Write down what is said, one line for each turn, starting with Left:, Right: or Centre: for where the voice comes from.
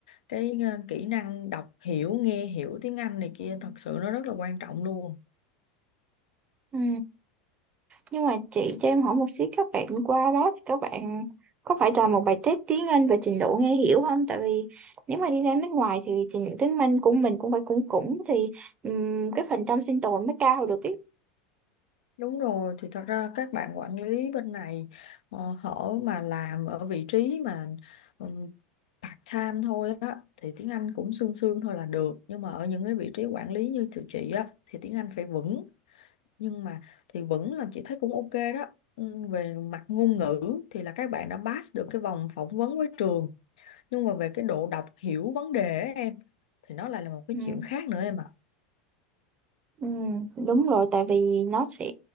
Left: cái ờ, kỹ năng đọc hiểu nghe hiểu tiếng Anh này kia thật sự nó rất là quan trọng luôn
Right: Ừ. Nhưng mà chị cho em hỏi một xíu các bạn qua đó thì các bạn có phải làm một bài test tiếng Anh về trình độ nghe hiểu không? Tại vì nếu mà đi ra nước ngoài thì trình độ tiếng Anh của mình cũng phải cũng cũng thì ừm, cái phần trăm sinh tồn mới cao được ý.
Left: Đúng rồi, thì thật ra các bạn quản lý bên này ờ, họ mà làm ở vị trí mà ừm, part-time thôi á thì tiếng Anh cũng sương sương thôi là được nhưng mà ở những cái vị trí quản lý như tụi chị á thì tiếng Anh phải vững nhưng mà thì vững là chị thấy cũng ok đó Ừm, về mặt ngôn ngữ thì là các bạn đã pass được cái vòng phỏng vấn với trường nhưng mà về cái độ đọc hiểu vấn đề á em thì nó lại là một cái
Right: Ừ.
Left: chuyện khác nữa em ạ
Right: Ừ, đúng rồi tại vì nó sẽ